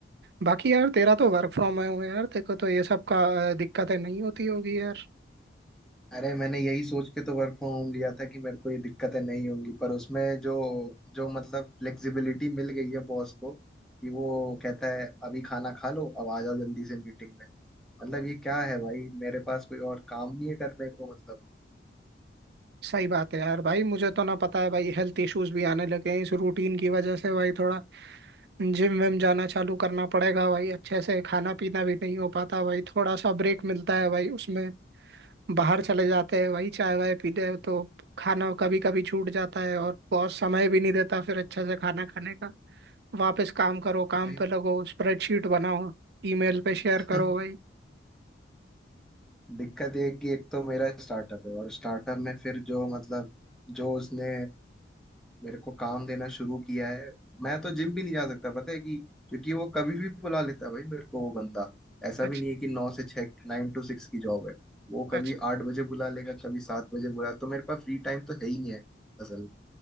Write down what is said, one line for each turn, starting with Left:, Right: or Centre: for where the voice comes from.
Right: बाकी यार तेरा तो वर्क फ्रॉम होम है यार देखो तो ये सब का अ, दिक्कतें नहीं होती होगी यार
Centre: अरे मैंने यही सोच के तो वर्क फ्रॉम होम लिया था कि मेरे को ये दिक्कतें नहीं होंगी पर उसमें जो जो मतलब फ्लेक्सिबिलिटी मिल गई है बॉस को कि वो कहता है अभी खाना खा लो अब आ जाओ जल्दी से मीटिंग में मतलब ये क्या है भाई मेरे पास कोई और काम नहीं है करने को मतलब
Right: सही बात है यार भाई मुझे तो ना पता है भाई हेल्थ इश्यूज भी आने लगे हैं इस रूटीन की वजह से भाई थोड़ा जिम विम जाना चालू करना पड़ेगा भाई अच्छे से खाना पीना भी नहीं हो पाता भाई थोड़ा सा ब्रेक मिलता है भाई उसमें बाहर चले जाते हैं भाई चाय वाय पीते हैं तो खाना कभी कभी छूट जाता है और बॉस समय भी नहीं देता फिर अच्छे से खाना खाने का वापस काम करो
Centre: भाई
Right: काम पे लगो स्प्रेडशीट बनाओ ईमेल पे शेयर
Centre: <laughs>
Right: करो भाई
Centre: दिक्कत ये है कि एक तो मेरा स्टार्टअप है और स्टार्टअप में फिर जो मतलब जो उसने मेरे को काम देना शुरू किया है मैं तो जिम भी नहीं जा सकता पता है कि क्योंकि वो कभी भी बुला लेता है भाई मेरे को वो बंदा ऐसा
Right: अच्छा
Centre: भी नहीं है कि नौ से छः नाइन टू सिक्स की जॉब है वो
Right: अच्छा
Centre: कभी आठ बजे बुला लेगा कभी सात बजे बुला तो मेरे पास फ्री टाइम तो है ही नहीं है असल में।